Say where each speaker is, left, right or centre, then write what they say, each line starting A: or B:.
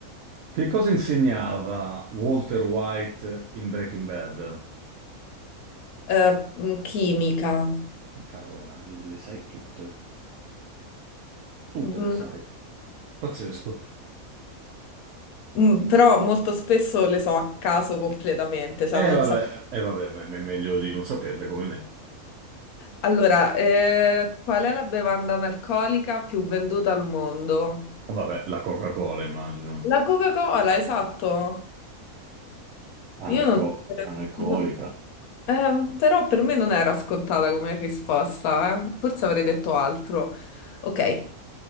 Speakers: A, on the right; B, on the left.
A: Che cosa insegnava Walter White in Breaking Bad?
B: Eh, mm, chimica.
A: Cavolo, le sai tutte, tutte
B: Mm,
A: le sai. Pazzesco.
B: mm, però molto spesso le so a caso completamente, cioè
A: Eh
B: non
A: vabbè,
B: so.
A: eh, vabbè, me- me- meglio di non saperle come me.
B: Allora, eh, qual è la bevanda analcolica più venduta al mondo?
A: Vabbè, la Coca-Cola immagino.
B: La Coca-Cola, esatto. Io
A: Analco-
B: non...
A: analcolica.
B: no. Ehm, però per me non era scontata come risposta, eh. Forse avrei detto altro. Ok.